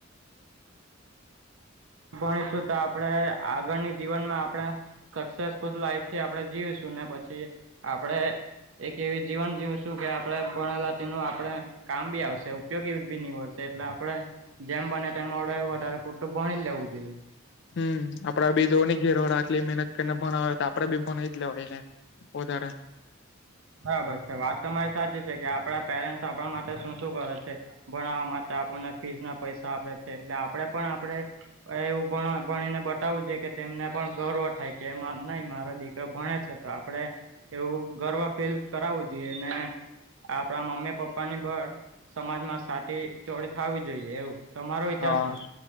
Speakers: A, on the right; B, on the left.
A: ભણીશું તો આપડે આગળની જીવનમાં આપણે સક્સેસફુલ લાઈફ છે આપડે જીવીશું ને પછી આપડે એક એવી જીવન જીવશું કે આપડે ભણેલા તેનું આપણે કામ બી આવશે ઉપયોગી બી નીવડશે એટલે આપડે જેમ બને તેમ અવડે વધારે પૂરતું ભણી લેવું જોઈએ.
B: હમ્મ, આપડા બી જો ની ઘેરવાળા આટલી મહેનત કરીને ભણાવે તો આપડે બી ભણી જ લેવાયને વધારે.
A: બરાબર છે, વાત તમારી સાચી છે કે આપડા પેરેન્ટ્સ આપણા માટે શું શું કરે છે. ભણાવા મા ટે આપણને ફીઝના પૈસા આપે છે એટલે આપડે પણ આપડે એવું ભણ ભણીને બતાવવું જોઈએ કે તેમને પણ ગર્વ થાય કે નય મારા દીકરા ભણે છે, તો આપણે એવું ગર્વ ફીલ કરાવું જોઈએ, ને આપણા મમ્મી પપ્પાની પણ સમાજમાં સાથી ચોડી થાવી જોઈએ એવું. તમારો વિચાર
B: હા,
A: શું છે